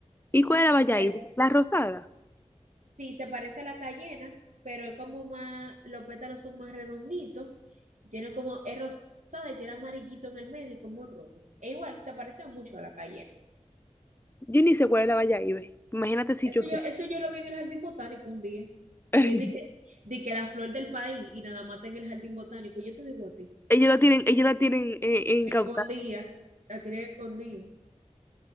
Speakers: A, on the left; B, on the right.
A: ¿Y cuál es la Bayahibe?
B: Que la-
A: La rosada.
B: sí, se parece a la cayena, pero es como más, los pétalos son más redonditos, tiene como, es rosada y tiene amarillito en el medio y como rojo. Es igual, se parece mucho a la cayena.
A: Yo ni sé cuál es la Bayahibe. Imagínate si
B: Eso
A: yo...
B: yo, eso yo lo vi en el jardín botánico un día.
A: sé.
B: Y yo dije, di que la flor del país y nada más está en el jardín botánico. Yo te digo a ti,
A: <laughs> Ellos la tienen, ellos la tienen eh, incautada.
B: escondida, la tiene escondida.